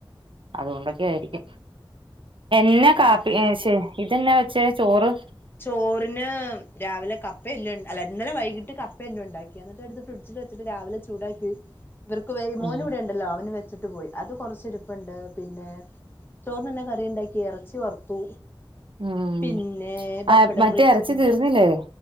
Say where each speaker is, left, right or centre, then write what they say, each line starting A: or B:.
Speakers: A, on the right; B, on the left.
A: അതുകൊണ്ടൊക്കെ ആയിരിക്കും.
B: ഉം
A: എന്നാ
B: അതായിരിക്കാം
A: കാപ്പി ഏ ശെ ഇതെന്നാ വെച്ചേ ചോറ്.
B: ചോറിന് രാവിലെ കപ്പല്ലെണ്ട് അല്ല ഇന്നലെ വൈകിട്ട് കപ്പയെല്ലാം ഉണ്ടാക്കി ന്നിട്ട് എടുത്ത് ഫ്രിഡ്ജിൽ വച്ചിട്ട് രാവിലെ ചൂടാക്കി ഇവർക്ക് വേ മോനിവിടെ
A: ഉം
B: ണ്ടല്ലോ അവന് വെച്ചിട്ട് പോയി അത് കുറച്ച ഇരിപ്പുണ്ട് പിന്നെ ചോറിന്നെന്നാ കറി ഉണ്ടാക്കി ഇറച്ചി വറുത്തു
A: ഉം
B: പിന്നെ പപ്പടം
A: ആ മറ്റേ
B: പൊരിച്ചത്ണ്ട്
A: ഇറച്ചി തീർന്നില്ലേ